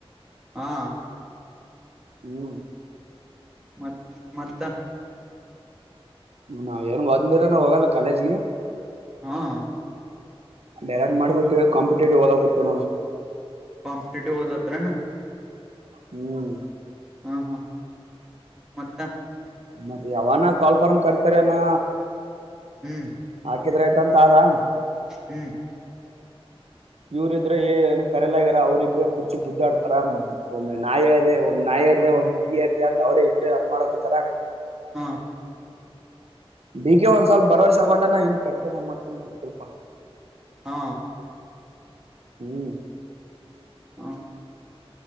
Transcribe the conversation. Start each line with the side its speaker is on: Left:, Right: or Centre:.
Centre: ಹಾ
Right: ಹ್ಮ
Centre: ಮತ್ ಮತ್ತ
Right: ನಾವ ಏನು ಒಂದ್ ದಿನಾನೂ ನ ಹೋಗಲ್ಲ ಕಾಲೇಜ್ಗೆ
Centre: ಹಾ
Right: ಡೈರೆಕ್ಟ್ ಮಾಡಿ ಬಿಟ್ಟ್ವಿ ಕಂಪೀಠಟ್ಟಿವ್ ಒದಾಕತ್ತಿವಿ ನೋಡ
Centre: ಕಂಪಿಟೇಟಿವ್ದಲತ್ರ ನ
Right: ಹ್ಮ್
Centre: ಹಾ ಹಾ ಮತ್ತೆ
Right: ಮತ್ತೆ ಯಾವಾನ ಕಾಲ್ ಫಾರ್ ಕಡತಾರನಾ
Centre: ಹ್ಮ್
Right: ಹಾಕಿದ್ರೆ ಆಯ್ತ ಅಂತ ಅಾ
Centre: ಹ್ಮ್
Right: ಇವ್ರ ಇದ್ರ ಏ ಏನ್ ಕರಲಗಾರ ಅವ್ರರುಬ್ರೆ ಕುರ್ಚಿ ಗುದ್ದಾಡ್ತಾರ ಒಮ್ ನಾಯಿ ಇ್ದ ಒಮ್ ನಾಯಿ <unintelligible> ಒಂದ್ ಈ ಇರ್ಿದೆ ಅಂತ ಅವ್ರೇ ಇಬ್್ರರು ಅನ್ ಮಾಡಾಕೂತಾರ
Centre: ಹಾ
Right: ಡಿ ಕೆ ಒಂದ ಸ್ವಲ್ಪ ಭರವಸೆ ಕೊಟ್ಟಾನ ಏನ್ ಕರಿತಾನ ಏನ್ ಮಾಡ್ತಾನ ಗೊತ್ತಿಲಪ್ಪ.
Centre: ಹಾ.
Right: ಹ್ಮ್.
Centre: ಹಾ.